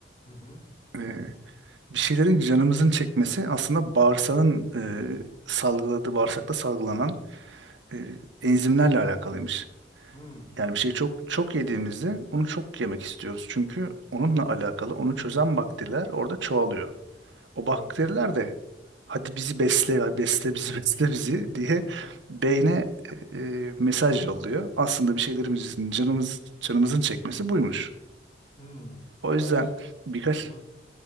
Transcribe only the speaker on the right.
e, bir şeylerin canımızın çekmesi aslında bağırsağın e, salgıladığı, bağırsakta salgılanan e, enzimlerle alakalıymış.
Yani bir şeyi çok çok yediğimizde onu çok yemek istiyoruz. Çünkü onunla alakalı onu çözen bakteriler orada çoğalıyor. O bakteriler
de hadi bizi besle ya besle bizi <laughs> besle bizi
diye beyne e, e, mesaj yolluyor. Aslında bir şeylerimizin canımız canımızın çekmesi buymuş.
O yüzden
birkaç